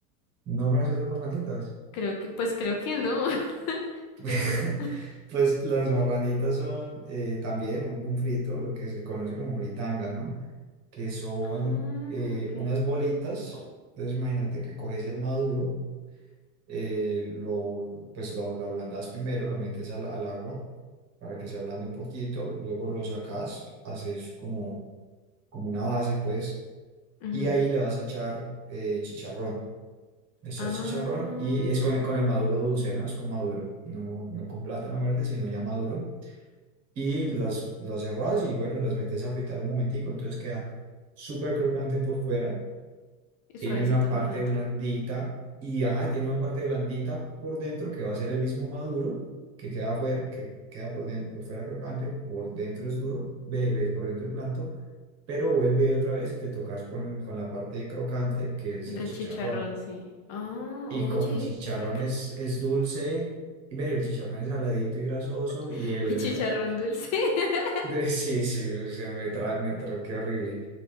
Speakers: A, on the right (about 40°); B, on the left (about 40°).
A: ¿No conoces las marranitas?
B: Creo que, pues creo que no. <laughs>
A: <laughs>
B: ¿Qué son?
A: Pues las marranitas son eh, también un, un frito, lo que se conoce como fritanga, ¿no? Que son
B: Ah,
A: eh,
B: ok.
A: unas bolitas. Entonces imagínate que coges el maduro, eh, lo, pues lo, lo ablandas primero, lo metes al, al agua para que se ablande un poquito, luego lo sacas, haces como, como una base, pues,
B: Ujú.
A: y ahí le vas a echar eh, chicharrón. Le echas
B: Ah.
A: chicharrón y es con, con el maduro dulce, ¿no? Es con maduro, no, no con plátano verde, sino ya maduro y las, las cerrás y bueno, las metes a fritar un momentico, entonces queda súper crocante por fuera,
B: Y
A: tiene
B: Suavecito
A: una parte
B: por dentro.
A: blandita y ajá, tiene una parte blandita por dentro que va a ser el mismo maduro, que queda, fuera, que queda por, den- por fuera crocante, por dentro es duro, bebes por dentro es blando, pero vuelve otra vez y te tocas con, con la parte crocante que es
B: Del
A: el chicharrón.
B: chicharrón, sí. Ah,
A: Y
B: oye,
A: como el chicharrón
B: qué ra... qué-
A: es, es dulce, y ve, el chicharrón es saladito y grasoso
B: <laughs>
A: y el,
B: Uy, chicharrón
A: <laughs>
B: dulce. <laughs>
A: <laughs> De- Sí, sí, se me, tra me troqué horrible.